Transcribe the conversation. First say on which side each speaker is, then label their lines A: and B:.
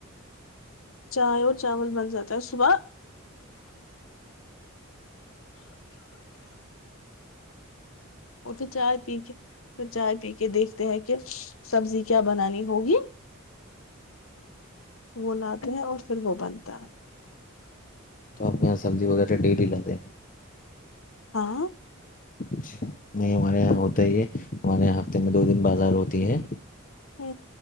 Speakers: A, on the left (about 75°); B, on the left (about 40°).
A: چائے اور چاول بن جاتا ہے صبح اور پھر چائے پی کے تو چائے پی کے دیکھتے ہیں کہ سبزی کیا بنانی ہوگی وہ لاتے ہیں اور پھر وہ بنتا ہے
B: تو آپ یہاں سبزی وغیرہ ڈیلی لاتے
A: ہاں
B: اچھا نہیں ہمارے یہاں ہوتا ہی ہے ہمارے یہاں ہفتے میں دو دن بازار ہوتی ہے
A: ہو